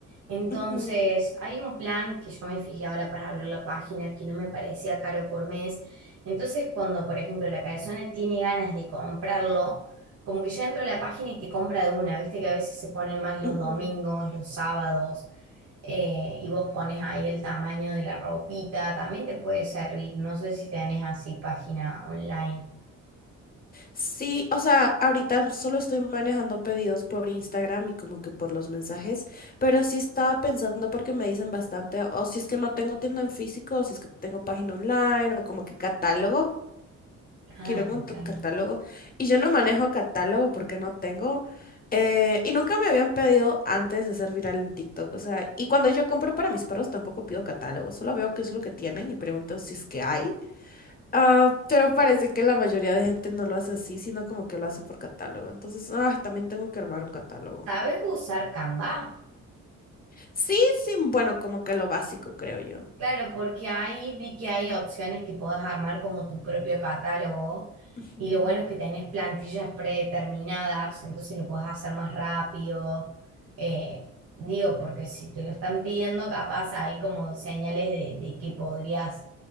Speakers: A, on the right; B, on the left.
A: Entonces,
B: ujú,
A: hay un plan que yo me fijé ahora para abrir la página que no me parecía caro por mes. Entonces, cuando, por ejemplo, la persona tiene ganas de comprarlo, como que ya entra a la página y te compra de una, viste que a veces se ponen más los
B: ujú.
A: domingos, los sábados eh, y vos pones ahí el tamaño de la ropita, también te puede servir. No sé si tenés así página online.
B: Sí, o sea, ahorita solo estoy manejando pedidos por Instagram y como que por los mensajes, pero sí estaba pensando porque me dicen bastante, o si es que no tengo tienda en físico, o si es que tengo página online, o como que catálogo,
A: Ah,
B: quiero un
A: catálogo.
B: t- catálogo y yo no manejo catálogo porque no tengo eh, y nunca me habían pedido antes de ser viral en TikTok, o sea, y cuando yo compro para mis perros tampoco pido catálogo, solo veo qué es lo que tienen y pregunto si es que hay. Ah, pero parece que la mayoría de gente no lo hace así, sino como que lo hace por catálogo. Entonces, ay, también tengo que armar un catálogo.
A: sabes usar Canva?
B: Sí, sí, bueno, como que lo básico, creo yo.
A: Claro, porque ahí vi que hay opciones que podés armar como tu propio catálogo
B: Ujú.
A: y lo bueno es que tenés plantillas predeterminadas, entonces lo podés hacer más rápido. Eh, digo, porque si te lo están pidiendo, capaz hay como señales de, de que podrías